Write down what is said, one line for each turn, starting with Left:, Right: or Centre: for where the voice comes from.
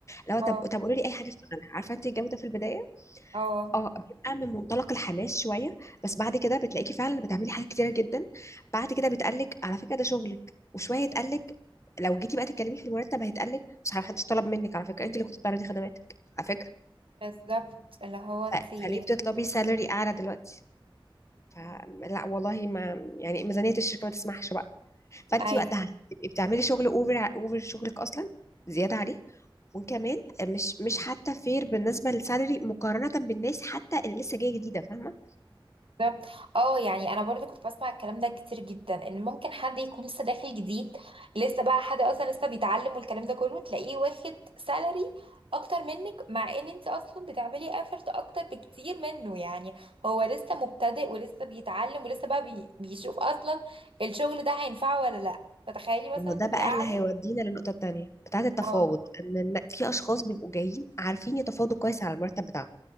Left: لو
Right: اه
Left: طب طب قولوا لي اي حاجه اشتغلها عارفه انت الجو ده في البدايه
Right: اه
Left: اه بيبقى من منطلق الحماس شويه بس بعد كده بتلاقيكي فعلا بتعملي حاجات كتيره جدا بعد كده بيتقالك على فكره ده شغلك وشويه يتقالك لو جيتي بقى تتكلمي في المرتب هيتقالك مش محدش طلب منك على فكره انت اللي كنت بتعرضي خدماتك على فكره
Right: بالظبط اللي هو انتي
Left: ف- فليه بتطلبي سالري اعلى دلوقتي فلا والله ما يعني ميزانيه الشركه ما تسمحش بقى فانت
Right: ايوه
Left: وقتها تبقي بتعملي شغل اوفر اوفر شغلك اصلا زياده عليه وكمان مش مش حتى فير بالنسبه للسالري مقارنه بالناس حتى اللي لسه جايه جديده فاهمه
Right: بالظبط اه يعني انا برضو كنت بسمع الكلام ده كتير جدا ان ممكن حد يكون لسه داخل جديد لسه بقى حد اصلا لسه بيتعلم والكلام ده كله تلاقيه واخد سالري اكتر منك مع ان انت اصلا بتعملي افورت اكتر بكتير منه يعني هو لسه مبتدئ ولسه بيتعلم ولسه بقى بي بيشوف اصلا الشغل ده هينفعه ولا لا فتخيلي مثلا
Left: ما هو ده
Right: تبقي
Left: بقى
Right: قاعده
Left: اللي هيودينا للنقطة التانية بتاعة التفاوض
Right: اه
Left: ان الن- في اشخاص بيبقوا جايين عارفين يتفاوضوا كويس على المرتب بتاعهم